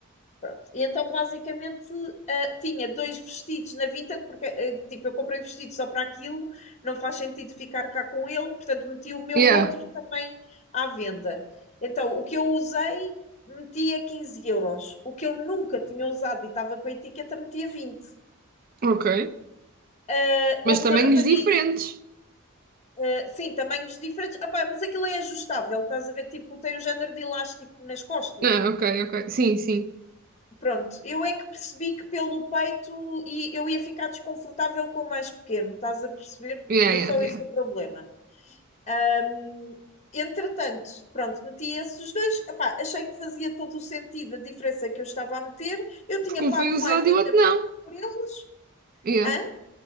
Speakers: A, on the left (about 30°); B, on the right (about 40°).
A: Pronto. E então, basicamente, ah, tinha dois vestidos na Vinted, porque, ah, tipo, eu comprei vestido só para aquilo, não faz sentido ficar cá com ele, portanto, meti o meu
B: yeah,
A: outro também à venda. Então, o que eu usei, meti a 15 euros. O que eu nunca tinha usado e estava com a etiqueta, meti a 20.
B: ok.
A: Ah,
B: Mas
A: houve
B: tamanhos
A: uma rapariga,
B: diferentes.
A: ah, sim, tamanhos diferentes. Ah, pá, mas aquilo é ajustável, estás a ver? Tipo, tem um género de elástico nas costas.
B: Ah, ok, ok. Sim, sim.
A: Pronto, eu é que percebi que pelo peito e eu ia ficar desconfortável com o mais pequeno, estás a perceber?
B: Yeah,
A: Foi
B: yeah,
A: só
B: yeah.
A: esse o problema. Ahm, entretanto, pronto, meti esses dois. Epá, achei que fazia todo o sentido a diferença que eu estava a meter. Eu tinha
B: Porque
A: pago
B: um foi usado
A: mais ainda
B: e o outro
A: por
B: não.
A: cima por eles.
B: Yeah.
A: Hã?